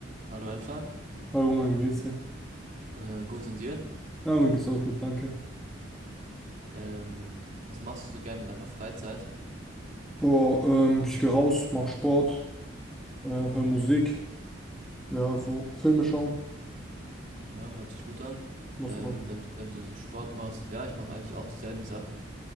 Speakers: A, on the right; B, in the centre.
A: Hallo Enfer,
B: Hallo Roman, wie geht's dir?
A: äh, gut und dir?
B: Ja, mir geht's auch gut, danke.
A: Ähm, was machst du so gerne in deiner Freizeit?
B: Boah, ähm, ich gehe raus, mach Sport, äh, hör Musik, ja, so Filme schauen,
A: Ja, hört sich gut an.
B: muss
A: Ähm,
B: man.
A: wenn, wenn du so Sport machst, ja, ich mache eigentlich auch dieselben Sachen.